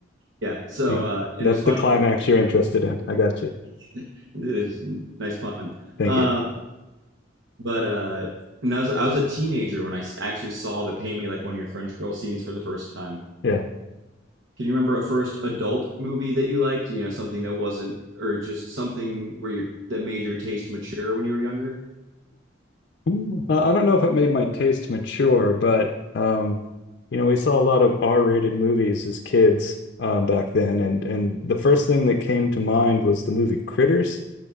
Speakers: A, on the right; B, on the left.
A: Yeah, so
B: Right.
A: uh, it
B: That's
A: was funny.
B: the climax you're interested in. I got you.
A: <laughs> it is nice pun.
B: Thank
A: Um,
B: you.
A: But uh, and I was I was a teenager when I actually saw the "Paint Me Like One of Your French Girls" scenes for the first time.
B: Yeah.
A: Can you remember a first adult movie that you liked? You know, something that wasn't, or just something where you that made your taste mature when you were younger?
B: Mm. Uh, I don't know if it made my taste mature, but um, you know, we saw a lot of R-rated movies as kids um, back then, and and the first thing that came to mind was the movie Critters.